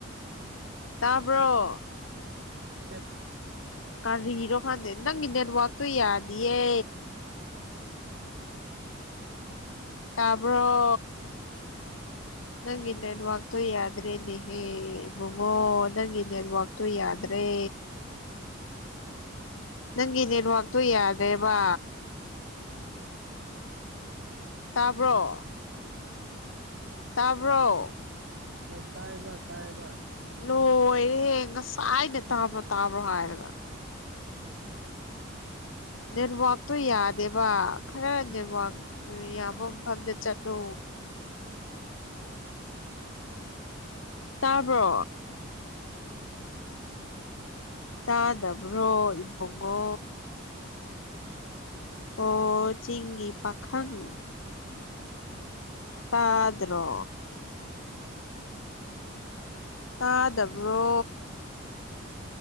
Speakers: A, on the left; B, on the right.
A: ꯇꯥꯕ꯭ꯔꯣ
B: ꯑꯦ
A: ꯀ ꯍꯔꯣ ꯈꯥꯟꯗ ꯅ ꯅꯦ ꯋꯥꯕꯥ ꯇꯨꯏ ꯌꯥꯌꯦ ꯇꯥꯕ꯭ꯔꯣ ꯅꯪ ꯏꯟꯅꯅ ꯋꯥꯥꯛꯇꯣ ꯌꯥꯗ꯭ꯔꯦ ꯏꯅꯤ ꯍꯦ ꯏꯕꯨꯡꯉꯣ ꯅꯪꯒꯤ ꯅꯦꯠꯋꯥꯛꯛꯇꯣ ꯌꯥꯗ꯭ꯔꯦ ꯅꯪꯒꯤ ꯅꯦꯠꯋꯔꯛꯇꯣ ꯌꯥꯗꯦꯕ ꯇꯥꯕ꯭ꯔꯣ ꯇꯥꯕ꯭ꯔꯣ
B: ꯍꯣꯏ ꯇꯥꯏꯕ ꯇꯥꯏꯕ
A: ꯂꯣꯏꯔꯦ ꯉꯁꯥꯏꯅ ꯇꯥꯕ꯭ꯔꯣ ꯇꯥꯕ꯭ꯔꯣ ꯍꯥꯏꯔꯒ ꯅꯦꯠꯋꯥꯛꯇꯣ ꯌꯥꯗꯦꯕ ꯈꯔ ꯅꯦꯠꯋꯥꯛ ꯌꯥꯕ ꯃꯐꯝꯗ ꯆꯠꯂꯣ ꯇꯥꯕ꯭ꯔꯣ ꯇꯥꯗꯕ꯭ꯔꯣ ꯏꯕꯉꯣ ꯍ ꯆꯤꯡꯒꯤ ꯄꯥꯈꯪ ꯇ ꯑꯗꯨ꯭ꯔꯣ ꯇꯥꯗꯕ꯭ꯔꯣ